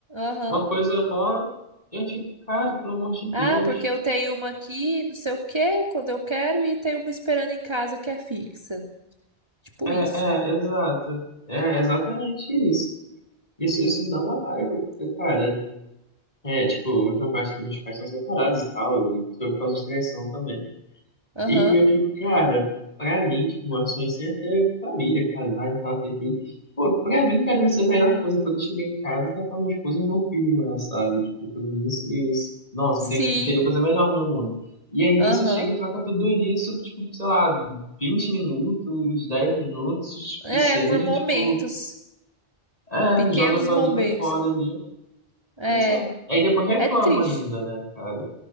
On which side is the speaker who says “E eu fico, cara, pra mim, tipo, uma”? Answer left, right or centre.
Left